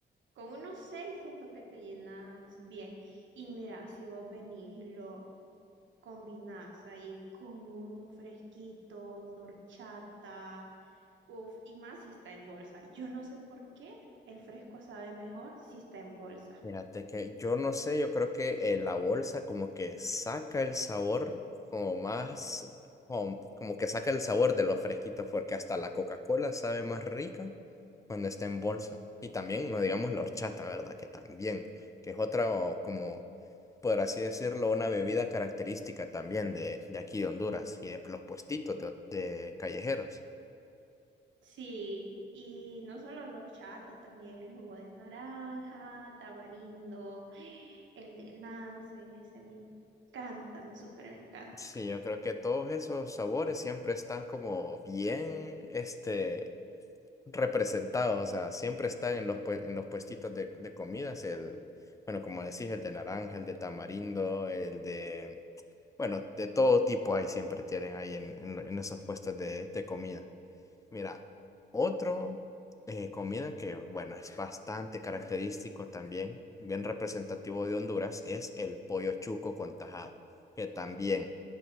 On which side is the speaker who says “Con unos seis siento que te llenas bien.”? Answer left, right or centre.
Right